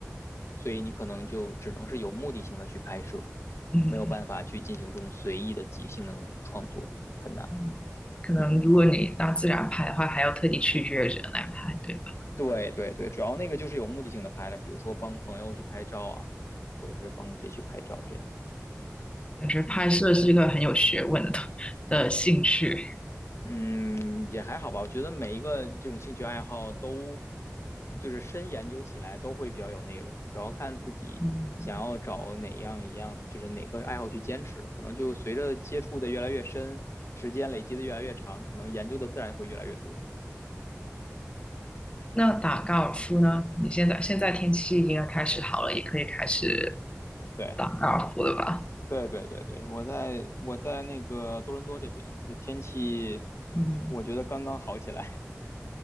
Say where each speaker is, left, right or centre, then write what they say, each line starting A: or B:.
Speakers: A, on the left; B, on the left.
A: 所以你可能就只能是有目的性的去拍摄。
B: 嗯，
A: 没有办法去进行这种随意的即兴的那种创作，很难。
B: 嗯。可能如果你大自然拍的话，
A: 嗯，
B: 还要特地去约人来拍，对吧？
A: 对对对，主要那个就是有目的性的拍了，比如说帮朋友去拍照啊，或者是帮谁去拍照这样。
B: 感觉拍摄是一个很有学问的东的兴趣。
A: 嗯嗯，也还好吧，我觉得每一个这种兴趣爱好都就是深研究起来都会比较有内容，主要看自己想要找哪样一样，
B: 嗯，
A: 就是哪个爱好去坚持，可能就随着接触的越来越深，时间累积的越来越长，可能研究的自然会越来越多。
B: 那打高尔夫呢？你现在现在天气应该开始好了，也可以开始
A: 对。
B: 打高尔夫的吧。
A: 对对对对，我在我在那个多伦多这边，这天气
B: 嗯，
A: 我觉得刚刚好起来。